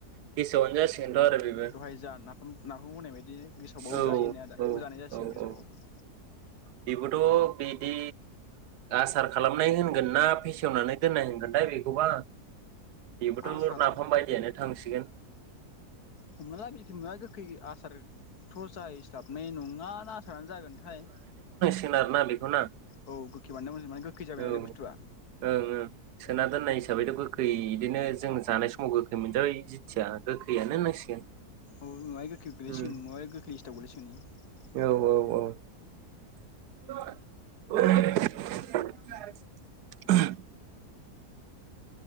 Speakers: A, on the right; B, on the left.
A: गेसावानो जासिगोनथ' आरो बेबो
B: दहाय जा नाफाम नाफामखौ बुंनाय बायदि गेसावबाबो
A: औ
B: जायो होननाया दा
A: औ
B: बेखौ जानाय जासिगोन
A: औ
B: गेसावबाबो
A: औ बेबोथ' बिदि आसार खालामनाय होनगोन ना फेसेवनानै दोननाय होनांगोनथाय बेखौबा बेबोथ'
B: आसार
A: नर नाफाम बायदियानो थांसिगोन
B: हमना ला <unintelligible> गोखै आसार थसा इस्लाब मे नङा ना आसारानो जागोनथाय
A: रोना बेखौ‌ बेखौना
B: औ गोखै बानायना मोजां माने गोखै जाबाय
A: औ
B: नालाय
A: ओं
B: बुस्थुआ
A: ओं सोना दोन नाय हिसाबैथ' गोखै इदिनो जों जानाय समाव गोखै मोनजाबाय जिथिया गोखैयानो होननांसिगोन
B: औ मेवाइ गोखै‌याव‌ गोग्लैसिगोन
A: उम
B: मेवाइय गोखै लिस्टाव गोल्लैसिगोन इयो
A: औ औ <unintelligible> <unintelligible>